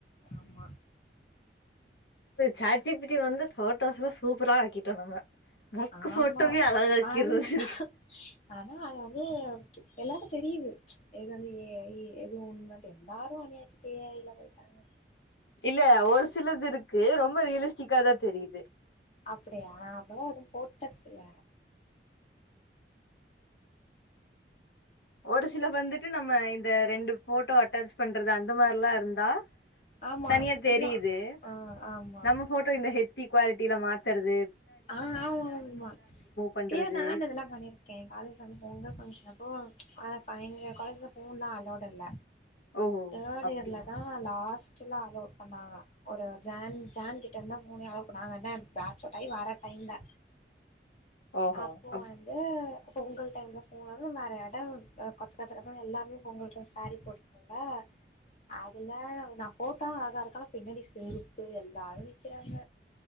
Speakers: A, on the left; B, on the left.
A: ஆமா
B: சாட் ஜிபிடி வந்து போட்டோஸ் எல்லாம் சூப்பரா ஆக்கிட்டோம் நம்ம மொக்கு
A: ஆமா
B: போட்டோவே அழகாக்கிர்றது
A: அன்
B: இருக்கு
A: <inaudible> ஆனா அது வந்து எல்லாருக்கும் தெரியுது எது வந்து ஏஐ எது உண்மை எல்லாரும் அநியாயத்துக்கு ஏஐ ல போயிட்டாங்க
B: இல்ல ஒரு சிலது இருக்கு ரொம்ப ரியலிஸ்டிக்கா தான் தெரியுது
A: அப்படியா அதெல்லாம் எதும் போட்டுக்கல
B: ஒரு சில வந்துட்டு நம்ம இந்த ரெண்டு போட்டோ அட்டாச் பண்றது அந்த மாரிலாம் இருந்தா
A: ஆமா
B: தனியா
A: ஆக்சுவலா
B: தெரியுது
A: ஆ ஆமா
B: நம்ம போட்டோ இந்த ஹெச் டி குவால் தீல மாத்றது
A: ஆஹ் ஆமா ஆமா
B: பண்றது
A: ஏ நானு அதெல்லா பண்ணிருக்கே காலேஜ்ல வந்து பொங்கல் பங்க்ஷனப்போ ஆ அப்ப எங்க காலேஜ்ல ஃபோன்லா அலோவ்டு இல்ல
B: ஓஹோ
A: தேர்டு
B: அப்டியா
A: இயர்லதா லாஸ்ட்ல அலோவ் பண்ணாங்க ஒரு ஜான் ஜான் கிட்ட இருந்துதா ஃபோனே அலோவ் பண்ணாங்க என்ன பேச் அவுட் ஆயி வர ப்பயிந்த
B: ஓஹோ
A: அப்போ
B: அப்
A: வந்து பொங்கல் டைம்ல ஃபோனு இல்ல வேற எடோ ஆ கொச்ச கசகசனு எல்லாமே பொங்கல் ட்ரெஸ் சேரி போட்ருப்போம்ல அதுல நா ஃபோட்டா அழகா இருக்க ஆனா பின்னாடி செருப்பு எல்லாரு நிக்கிறாங்க